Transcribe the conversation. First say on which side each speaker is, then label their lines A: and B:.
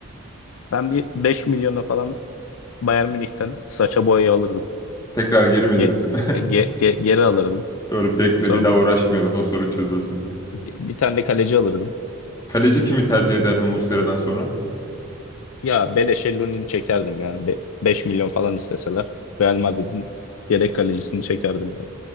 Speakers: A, on the left; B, on the left.
A: Ben bir 5 milyona falan Bayern Münih'ten saça boyayı alırdım.
B: Tekrar geri mi
A: Ge-
B: diyorsun?
A: ge- ge- geri alırdım.
B: <laughs> Doğru bekle
A: Sonra
B: bir daha uğraşmayalım o sorun çözülsün.
A: bir bir tane de kaleci alırdım.
B: Kaleci kimi tercih ederdin Muslera'dan sonra?
A: Ya beleşe Lunin'i çekerdim ya. Be beş milyon falan isteseler Real Madrid'in yedek kalecisini çekerdim yani.